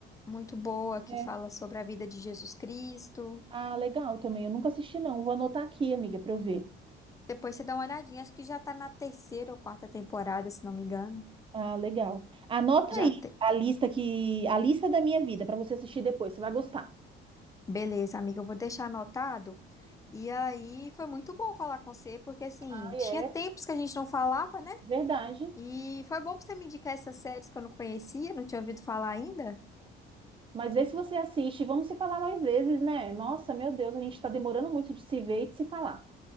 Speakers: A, on the left; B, on the right.
A: muito boa, que
B: É.
A: fala sobre a vida de Jesus Cristo.
B: Ah, legal também. Eu nunca assisti, não. Vou anotar aqui, amiga, pra eu ver.
A: Depois você dá uma olhadinha. Acho que já tá na terceira ou quarta temporada, se não me engano.
B: Ah, legal. Anota
A: Já
B: aí
A: tem.
B: a lista que a lista da minha vida para você assistir depois, você vai gostar.
A: Beleza, amiga, eu vou deixar anotado. E aí foi muito bom falar com você, porque assim,
B: Ah, é,
A: tinha tempos que a gente não falava, né?
B: verdade.
A: E foi bom pra você me indicar essas séries que eu não conhecia, não tinha ouvido falar ainda.
B: Mas vê se você assiste, vamos se falar mais vezes, né? Nossa, meu Deus, a gente está demorando muito de se ver e de se falar.